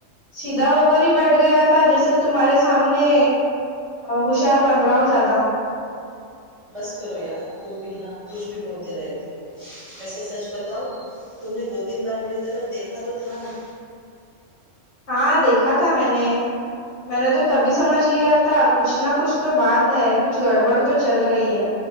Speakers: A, on the left; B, on the right.
A: سیدھا ہو کر ہی بیٹھ گیا تھا جیسے تمہارے سامنے ہوشار بن رہا ہو زیادہ
B: بس کرو یار تم بھی نا کچھ بھی بولتے رہتے ہو ویسے سچ بتاؤ تم نے دو تین بار میری طرف دیکھا تو تھا نا
A: ہاں دیکھا تھا میں نے میں نے تو تبھی سمجھ لیا تھا کچھ نہ کچھ تو بات ہے کچھ گڑبڑ تو چل رہی ہے